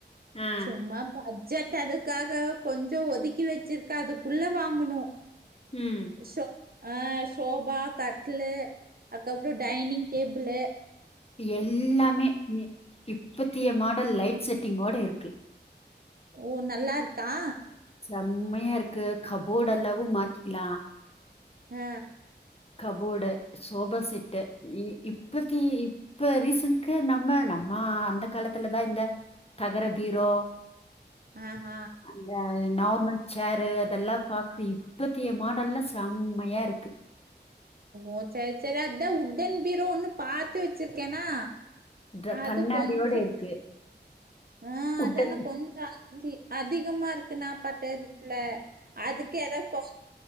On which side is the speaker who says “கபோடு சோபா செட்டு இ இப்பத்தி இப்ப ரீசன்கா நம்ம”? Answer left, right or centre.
Left